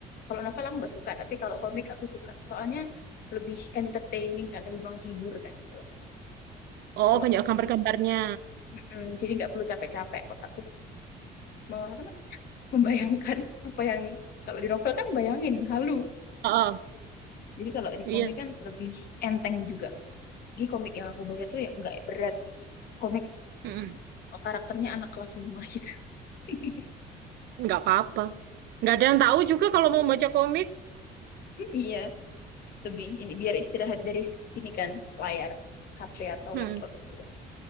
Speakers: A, on the left; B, on the right.
A: Kalau novel aku nggak suka, tapi kalau komik aku suka. Soalnya lebih entertaining kan, lebih menghibur kan kalau
B: Oh
A: kalau
B: banyak
A: komik.
B: gambar-gambarnya.
A: Mm-mm, jadi nggak perlu capek-capek otakku mau apa namanya <laughs> membayangkan apa yang kalau di novel kan bayangin halu.
B: Ah, ah,
A: Jadi kalau di
B: iya.
A: komik kan lebih enteng juga. Jadi komik yang aku baca tuh ya nggak berat. Komik
B: Mm-mm.
A: karakternya anak kelas 5 gitu. <laughs>
B: Nggak apa-apa. Nggak ada yang tahu juga kalau mau baca komik.
A: Iya. lebih ini biar istirahat dari ini kan layar HP atau
B: Hmm.
A: laptop gitu. ya.